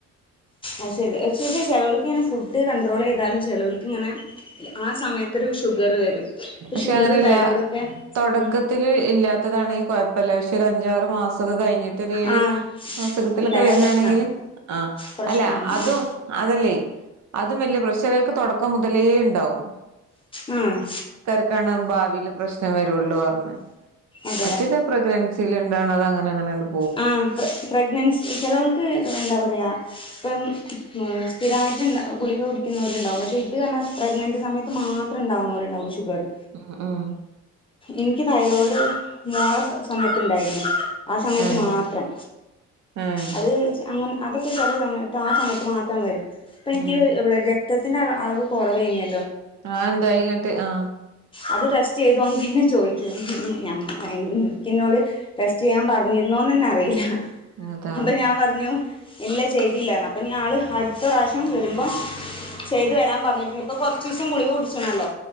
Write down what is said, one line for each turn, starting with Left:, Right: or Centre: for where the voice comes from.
Left: അയ് ശരി ശെ ചെലോൽക്ക് ങ്ങനെ ഫുഡ് കൺട്രോളെയ്താലും ചെലോൽക്ക് ഇങ്ങനെ ആ സമയത്തൊരു ഷുഗറ് വരും. ഇപ്പം
Right: പശേ
Left: ഷുഗർ
Right: അങ്ങനെല്ല
Left: തൈറോയ്ഡൊക്കെ
Right: തൊടക്കത്തില്
Left: ഉം
Right: ഇല്ലാത്തത ണെങ്കി കൊയ്പ്പല്ല. പശേ ഒരു അഞ്ചാറ് മാസക്കെ കഴിഞ്ഞി ത്തിരി
Left: ആ
Right: അസുഖത്തിലൊക്കെ
Left: ഉണ്ടായ
Right: വര്നാ
Left: പ്രശ്ന
Right: ണെങ്കില് ആ
Left: പ്രശ്നമാണ്
Right: അല്ല അതും
Left: ഉം
Right: അതല്ലേ അതും വല്യ പ്രഷലാ ചേലോൽക്ക് തൊ ക്കം മുതലേ ണ്ടാവും.
Left: ഉം
Right: ക്കാണ് ഭാവില് പ്രശ്നം വരുള്ളു പർഞ്ഞ്
Left: അതെ
Right: മറ്റേത്പ്രഗ്രനൻസിയില് അതാണങ്ങന അങ്ങനെ പോ
Left: ആ പ്ര പ്രഗ്നൻസി ചെലോൽക്ക് എന്താ പറയ്യാ ഇപ്പം സ്ഥിരായിട്ട് ഗുളികകുടിക്കുന്നവരുണ്ടാവും പക്ഷേ ഇത് പറഞ്ഞാ പ്രഗ്നന്റ്റ് സമയത്ത് മാത്രം ണ്ടാവുണോല്ണ്ടാവും ഷുഗറ്
Right: ഉം ഉം
Left: എനിക്ക് തൈറോയ്ഡ് മോള സമയത്തുണ്ടായിരുന്നു ആ സ സമയത്ത്
Right: ഏഹ്
Left: മാത്രം
Right: ഏഹ്
Left: അത് അങ്ങനെ അതൊക്കെ ചെല സമയത്ത് ആ സമയത്ത് മാത്രം വരും ഇപ്പം എനിക്ക്
Right: ഉം
Left: ബ്ല രക്തത്തിന്റെ അള അളവ് കുറവെന്നേ
Right: ആ എന്തായിന്നിട്ട് ആ
Left: അത് ടെസ്റ്റ് ചെയ്തോന്ന് പിന്നെ ചോയ്ക്കും നമ്മ് എൻ എൻക്കിന്നോട് ടെസ്റ്റ് ചെയ്യാൻ പറ ഞ്ഞിരുന്നോന്നന്നെ അറിയില്ല
Right: അതാ
Left: അപ്പൊ ഞാൻ പറഞ്ഞു ഇല്ല ചെയ്തില്ലാറഞ്ഞു അപ്പൊഞ്ഞി ആള് അടുത്ത പ്രാവശ്യം വരുമ്പം ചെയ്ത് വരാൻ പറഞ്ഞിട്ടുണ്ട് പ്പൊ കൊർച്ചീസം ഗുളിക കുടിച്ചണല്ലോ